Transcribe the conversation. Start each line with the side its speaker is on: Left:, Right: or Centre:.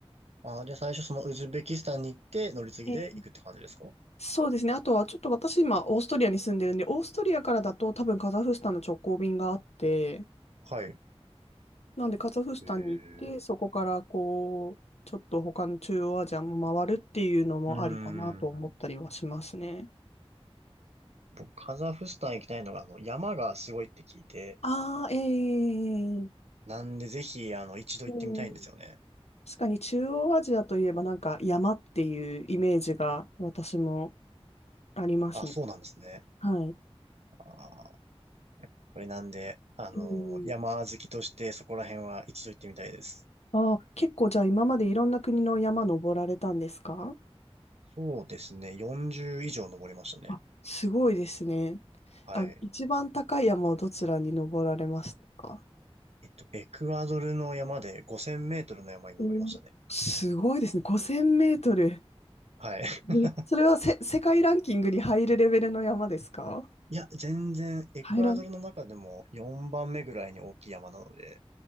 Right: ああ、じゃあ最初そのウズベキスタンに行って乗り継ぎで行くって感じですか
Left: ええそうですね。あとは、ちょっと私今、オーストリアに住んでるんで、オーストリアからだと多分カザフスタンの直行便があって、
Right: はい。
Left: なんでカザフスタンに行って、
Right: えー、
Left: そこからこう、ちょっと他の中央アジアも回るっていうのもありかなと思ったりはしますね。
Right: うーん。僕、カザフスタン行きたいのが、あの、山がすごいって聞いて、
Left: ああ、ええ
Right: なんでぜひ、あの、一度行ってみたいんですよね。
Left: うん確かに中央アジアといえばなんか山っていうイメージが私もありますね。
Right: あ、そうなんですね。
Left: はい。
Right: あーこれなんで、あのー山好きとしてそこら辺は一度行ってみたいです。
Left: うんああ、結構じゃあ今までいろんな国の山登られたんですか
Right: そうですね、40以上登りましたね。
Left: あ、すごいですね。
Right: はい。
Left: あ、一番高い山をどちらに登られましたか
Right: えっと、エクアドルの山で5000メートルの山に登りましたね。
Left: おーすごいですね。5000メートル。
Right: はい。<laughs>
Left: えそれはせ、世界ランキングに入るレベルの山ですか
Right: いや、全然、エクアドルの中でも4番目ぐらいに大きい山なので、
Left: 入らん。い